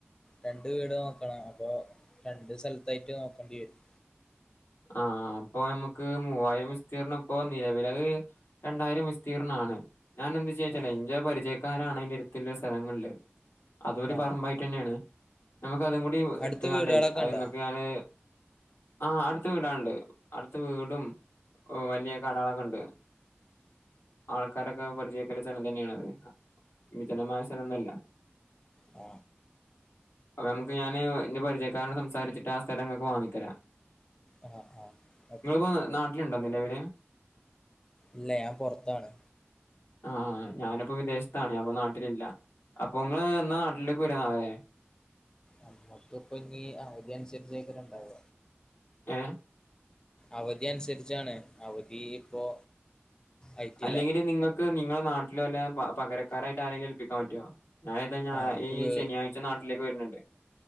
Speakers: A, on the left; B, on the left.
A: രണ്ട് വീട് നോക്കണം അപ്പൊ രണ്ട് സ്ഥലത്തായിട്ട് നോക്കേണ്ടി വരും
B: ആ അപ്പൊ നമ്മുക്ക് മൂവായിരം വിസ്തീർണം ഇപ്പൊ നിലവില രണ്ടായിരം വിസ്തീർണ ഞാൻ എന്ത് ചോച്ചല
A: ആ
B: ഇന്ത്ചയ പരിചയക്കാരാണ് എറെ ഇടുത്തുള്ള സ്ഥലങ്ങളില് അതൊരു
A: ആ
B: പറമ്പായിട്ട് തന്നെയാണ് നമ്മക്ക അതും കൂടി
A: അടുത്ത്
B: എടുത്തുകാണ്ടേ
A: വീടുകളൊക്കെ
B: അത്
A: ഉണ്ടോ
B: നിങ്ങക്ക് ഞാന് ആ അടു അടുത്ത വീടാണ്ട് അടുത്ത വീടും വലിയ കടകളൊക്കെ ഉണ്ട് ആൾക്കാരൊക്കെ പരിചയക്കല്ല സ്ഥലം തന്നെയാണത് വിജനമായ സ്ഥലന്നല്ല
A: ആ
B: അപ്പൊ നമുക്ക് ഞാന് എന്റെ പരിചയക്കാരനട് സംസാരിച്ചിട്ട് ആ സ്ഥലംങ്ങക്ക് വാങ്ങിത്തരാ
A: ആഹ് ആഹ് ഓക്കെ
B: നിങ്ങപ്പോ നാട്ടിലുണ്ട നിലവില്
A: ഇല്ല ഞാൻ പൊറത്താണ്
B: ആ ആ ഞാനിപ്പോ വിദേശത്താണ് അപ്പൊ നാട്ടിലില്ല അപ്പൊ നിങ്ങള് എന്നാ നാട്ടിലേക്ക് വരുന്ന അവരെേ
A: അമ്മക്ക ഇപ്പ ഇനി അവധ അനുസരിച്ചേക്കെണ്ടാവ
B: ഏ
A: അവധി അനുസരിച്ചാണ് അവധി ഇപ്പോ ആയിട്ടില്ല
B: അല്ലെങ്കിൽ നിങ്ങൾക്ക് നിങ്ങളെ നാട്ടിലും അല്ല പകരക്കാരായിട്ട് ആരെങ്കും ഏൽപ്പിക്കാൻ പറ്റുമോ
A: ആഹ് നമുക്ക്
B: ഈ
A: വീ
B: ശനിയാഴ്ച നാട്ടിലേക്ക് വരുന്നുണ്ട്